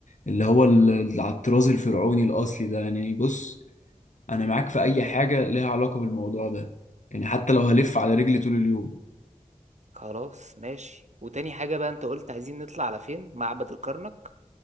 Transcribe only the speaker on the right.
خلاص ماشي وتاني حاجة بقى انت قلت عايزين نطلع على فين معبد الكرنك